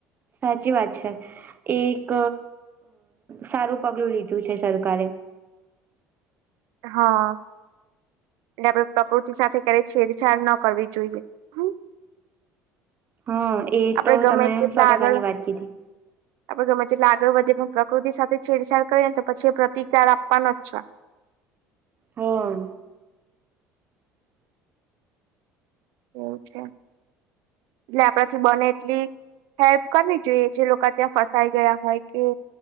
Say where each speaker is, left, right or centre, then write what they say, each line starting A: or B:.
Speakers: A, on the right; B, on the right.
A: સાચી વાત છે. એક સારું પગલું લીધું છે સરકારે
B: હા એટલે આપડે પ્રકૃતિ સાથે ક્યારેય છેડછાડ ન કરવી જોઈએ. હ
A: હા એ
B: આપડે
A: તો
B: ગમે
A: તમે
B: તેટલા
A: સો ટકા
B: આગળ
A: ની વાત કીધી.
B: આપડે ગમે તેટલા આગળ વધી એ પણ પ્રકૃતિ સાથે છેડછાડ કરીએ ને તો પછી એ પ્રતિકાર આપવાનો જ છે.
A: હા
B: એવું છે એટલે આપણાથી બને એટલી હેલ્પ કરવી જોઈએ જે લોકો ત્યાં ફસાઈ ગયા હોય તે